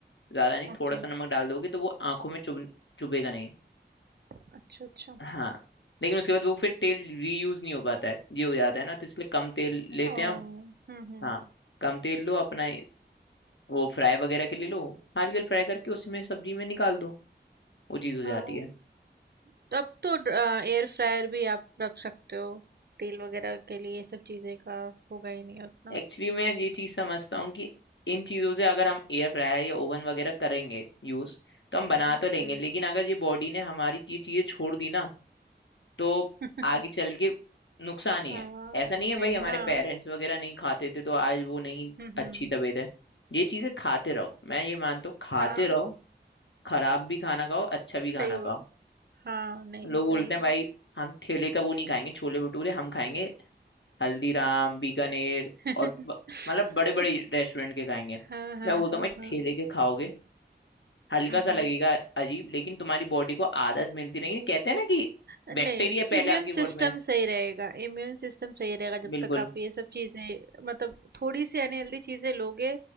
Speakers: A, on the left; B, on the right.
A: ज्यादा नहीं
B: ओके
A: थोड़ा सा नमक डाल दोगे तो वो आंखों में चुभ चुभेगा नहीं
B: अच्छा अच्छा
A: हाँ लेकिन उसके बाद वो फिर तेल रीयूज नहीं हो पाता है ये हो जाता है ना तो इसलिए कम तेल लेते
B: ओ
A: हैं हम
B: हम्म हम्म
A: हाँ कम तेल लो अपना ये- वो फ्राई वगैरह के लिए लो हल्के फ्राई करके उसमें सब्जी में निकाल दो वो चीज़ हो जाती
B: हाँ
A: है
B: तब तो एयर फ्रायर भी आप रख सकते हो तेल वगैरह के लिए ये सब चीज़ें का होगा ही नहीं उतना
A: एक्चुअली मैं ये चीज़ समझता हूँ कि इन चीज़ों से अगर हम एयर फ्रायर या ओवन वगैरह करेंगे यूज़ तो हम बना
B: हम्म
A: तो लेंगे
B: हम्म
A: लेकिन अगर ये बॉडी ने हमारी ये चीज़ें छोड़ दी ना तो
B: <laughs>
A: आगे चल के नुकसान ही
B: हाँ
A: है ऐसा नहीं
B: नहीं
A: है भाई हमारे
B: हाँ
A: पेरेंट्स वगैरह नहीं खाते थे तो आज वो नहीं
B: हम्म
A: अच्छी
B: हम्म
A: तबीयत है ये चीजें खाते रहो मैं ये मानता हूँ खाते
B: हाँ
A: रहो खराब भी खाना खाओ अच्छा भी खाना
B: सही बोल
A: खाओ
B: हाँ, नहीं,
A: लोग
B: सही
A: बोलते हैं भाई
B: बात
A: हम ठेले का वो नहीं खाएंगे छोले भटूरे हम खाएंगे हल्दीराम बीकानेर
B: है।
A: और ब-
B: <laughs>
A: मतलब बड़े बड़े रेस्टोरेंट के खाएंगे
B: हाँ, हाँ,
A: मैं बोलता
B: हाँ,
A: हूँ भाई
B: हाँ।
A: ठेले के खाओगे हल्का
B: हुँ,
A: सा
B: हुँ।
A: लगेगा अजीब लेकिन तुम्हारी बॉडी को आदत मिलती रहेगी कहते हैं ना कि
B: नहीं,
A: बैक्टीरिया पहले
B: इम्यून
A: आपकी
B: सिस्टम
A: बॉडी में
B: सही रहेगा इम्यून सिस्टम सही रहेगा जब
A: बिल्कुल
B: तक आप ये सब चीज़ें मतलब थोड़ी सी अनहेल्दी चीज़ें लोगे